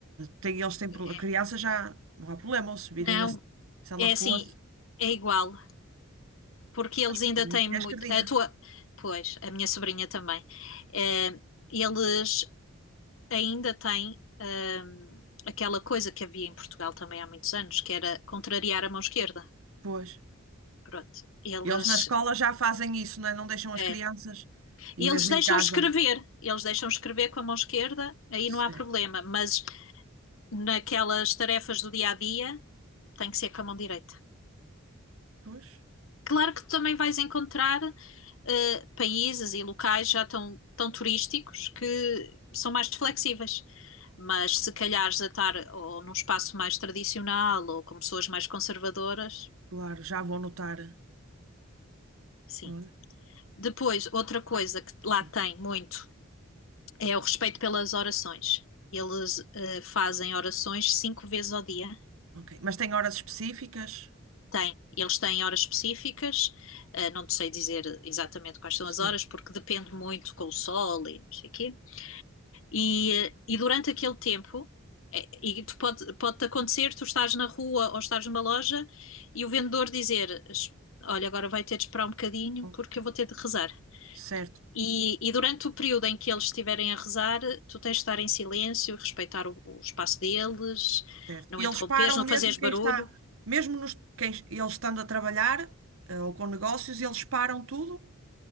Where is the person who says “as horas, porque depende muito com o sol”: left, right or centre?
Left